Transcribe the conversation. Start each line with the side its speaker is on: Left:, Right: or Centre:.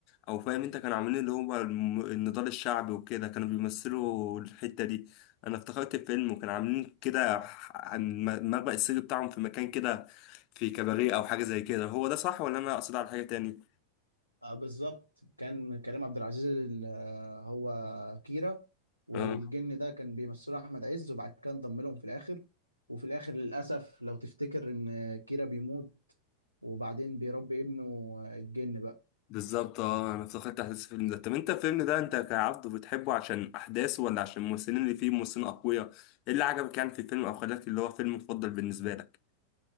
Left: او فاهم انت كانوا عاملين اللي هو الم- النضال الشعبي وكده كانوا بيمثلوا الحته دي انا افتكرت الفيلم وكانوا عاملين كده ح- عن م- مخبأ السر بتاعهم في مكان كده في كباريه او حاجه زي كده هو ده صح ولا انا اقصد على حاجه تاني
Right: آه، بالظبط كان كريم عبد العزيز ال- آه، هو كيرا والجن
Left: اه
Right: ده كان بيمثله احمد عز وبعد كده انضم لهم في الاخر وفي الاخر للاسف لو تفتكر ان كيرا بيموت وبعدين بيربي ابنه آه، الجن بقى
Left: بالظبط اه انا افتكرت احداث الفيلم ده طب انت الفيلم ده انت كعبد بتحبه عشان احداثه ولا عشان الممثلين اللي فيه ممثلين اقوياء ايه اللي عجبك يعني في الفيلم او خلاك اللي هو فيلم مفضل بالنسبه لك